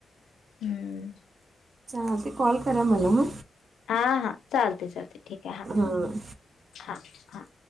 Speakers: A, on the left (about 85°); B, on the right (about 50°).
A: हम्म
B: हा ते कॉल करा मला
A: हा हा चालते चालते ठीक आहे हा
B: हां.
A: हा हा